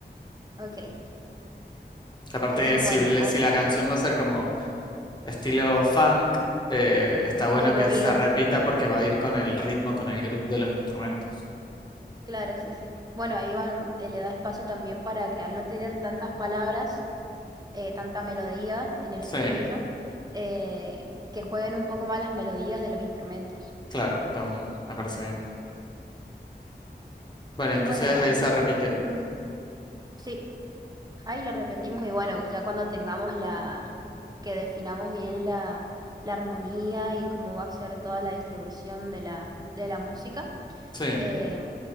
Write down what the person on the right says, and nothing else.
Ok,
eso
bueno.
ah,
sí,
movido.
Claro, sí, sí. Bueno, Iván eh, le da espacio también para que al no tener tantas palabras, eh, tanta melodía en el
estribillo, eh, que jueguen un poco más las melodías de los instrumentos.
Y
bueno,
ujú, sí. Ahí lo repetimos y bueno, ya cuando tengamos la, que definamos bien la, la armonía y cómo va a ser toda la distribución de la, de la música,
eh,